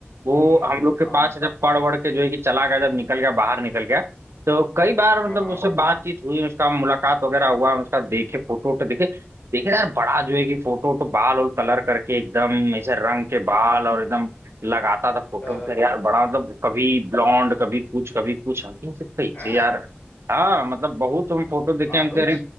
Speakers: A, on the right; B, on the left.
A: वो
B: हम्म हम्म,
A: हम
B: हम्म,
A: लोग के पास
B: हाँ
A: जब पढ़ वढ़ के जो है कि चला गया जब निकल गया बाहर निकल गया तो कई बार मतलब
B: हाँ
A: उससे बातचीत हुई उसका मुलाकात वगैरह हुआ उसका देखे फोटो वोटो देखे देखे यार बड़ा जो है कि फोटो वोटो बाल और कलर करके एकदम ऐसे रंग के बाल और एकदम लगाता था फोटो
B: अ,
A: कर यार बड़ा मतलब कभी ब्लॉन्ड कभी कुछ कभी कुछ हम कहे, "ये सब कैसे
B: हाँ,
A: यार हाँ मतलब बहुत हम फोटो देखे
B: अनुज
A: हम कह रहे